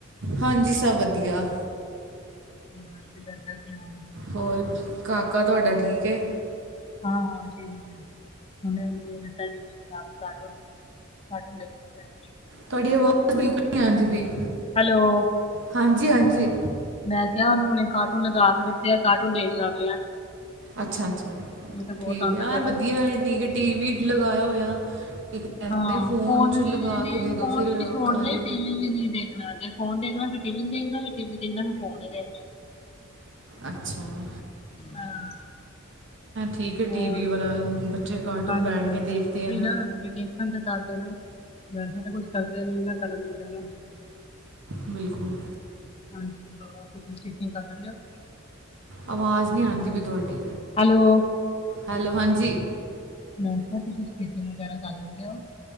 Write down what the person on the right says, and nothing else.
ਹਾਂਜੀ ਸਭ ਵਧੀਆ।
ਹੋਰ ਕਾਕਾ ਤੁਹਾਡਾ ਠੀਕ ਏ?
ਤੁਹਾਡੀ ਆਵਾਜ਼ ਬਿਲਕੁਲ ਨੀ ਆਦੀ ਪਈ।
ਹਾਂਜੀ ਹਾਂਜੀ
ਅੱਛਾ-ਅੱਛਾ,
ਠੀਕ
ਐ ਆ
ਵਧੀਆ
ਟੀ ਵੀ ਲਗਾਇਆ ਹੋਇਆ। ਠੀਕ ਕਹਿੰਦੇ
'ਚ ਲਗਾ
ਕੇ ਦੇ ਦਿਉ
ਫਿਰ
ਅੱਖਾਂ ਦੀ
ਅੱਛਾ ਜੀ।
ਠੀਕ ਐ
ਟੀਵੀ ਵਾਲਾ ਬੱਚੇ ਕਾਰਟੂਨ
ਬੈਠ
ਕੇ ਦੇਖਦੇ
ਐ ਨਾ।
ਬਿਲਕੁਲ
ਆਵਾਜ਼ ਨੀ ਆਦੀ ਪਈ ਤੁਹਾਡੀ।
ਹੈਲੋ ਹਾਂਜੀ